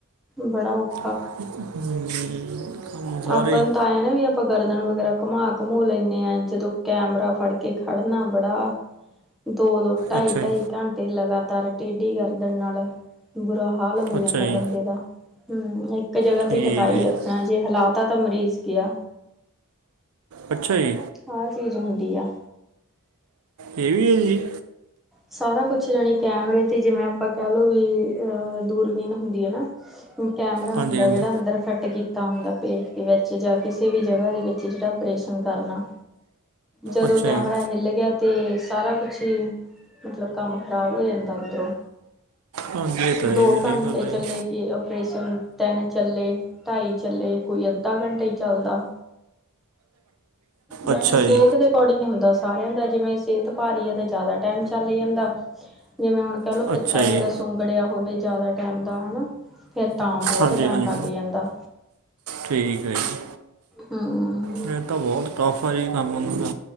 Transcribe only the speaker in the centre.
ਬੜਾ ਔਖ
ਆਪਾਂ
ਨੂੰ ਤਾਂ ਆਇ ਨਾ ਵੀ ਆਪਾਂ ਗਰਦਨ ਵਗੈਰਾ ਘੁੰਮਾ-ਘੰਮੂ ਲੈਂਨੇ ਆ ਜਦੋਂ ਕੈਮਰਾ ਫੜ ਕੇ ਖੜਨਾ ਬੜਾ ਦੋ-ਦੋ ਢਾਈ-ਢਾਈ
ਘੰਟੇ ਲਗਾਤਾਰ ਟੇਢੀ ਗਰਦਨ ਨਾਲ ਬੁਰਾ ਹਾਲ ਹੋ
ਜਾਂਦਾ
ਬੰਦੇ ਦਾ, ਹਮ, ਇੱਕ ਜਗ੍ਹਾ
ਤੇ ਟਕਾਈ
ਰੱਖਣਾ ਜੇ ਹਲਾ ਮਰੀਜ਼ ਗਿਆ,
ਆਹ ਚੀਜ਼ ਹੁੰਦੀ ਆ।
ਸਾਰਾ ਕੁਛ ਯਾਂਣੀ ਕੈਮਰੇ 'ਤੇ ਜਿਵੇਂ ਆਪਾਂ ਕਹਿ ਲਓ ਵੀ ਅਹ ਦੂਰਬੀਨ ਹੁੰਦੀ ਐ ਨਾ। ਕੈਮਰਾ ਹੁੰਦਾ
ਜਿਹੜਾ ਅੰਦਰ ਫਿੱਟ ਕੀ ਦਾ ਹੁੰਦਾ, ਪੇਟ ਦੇ ਵਿੱਚ ਜਾਂ ਕਿਸੇ ਵੀ ਜਗ੍ਹਾ ਦੇ ਵਿੱਚ ਜਿਹੜਾ ਆਪਓਰੇਸ਼ਨ ਕਰਨਾ। ਜਦੋਂ
ਕੈਮਰਾ
ਹਿੱਲ ਗਿਆ ਤੇ ਸਾਰਾ ਕੁਛ ਹੀ ਮਤਲਬ ਕੰਮ ਖਰਾਬ ਹੋ ਜਾਂਦਾ ਅੰਦਰੋਂ,
ਦੋ
ਘੰਟੇ
ਚੱਲੇ
ਕੇ ਔਪਰੇਸ਼ਨ ਤਿੰਨ ਚੱਲੇ ਢਾਈ ਚੱਲੇ, ਕੋਈ ਅੱਧਾ ਘੰਟਾ ਈ ਚੱਲਦਾ। ਜਾਣੀ
ਸਿਹਤ
ਦੇ ਅਕੋਰਡਿੰਗ ਹੁੰਦਾ ਸਾਰਿਆਂ ਦਾ, ਜਿਵੇਂ ਸਿਹਤ ਭਾਰੀ ਐ ਤੇ ਜ਼ਿਆਦਾ ਟਾਈਮ 'ਚ ਚੱਲ ਜਾਂਦਾ, ਜਿਵੇਂ ਹੁਣ ਕਹਿ ਲੋ,
ਪਿੱਤਾ ਵਗੈਰਾ
ਸੁੰਗੜਿਆ ਹੋਵੇ ਜਿਆਦਾ ਟਾਈਮ ਦਾ, ਹਨਾ? ਫੇਰ ਤਾਂ ਬੌਤ
ਟਾਈਮ
ਲੱਗ ਜਾਂਦਾ।
ਹੂੰ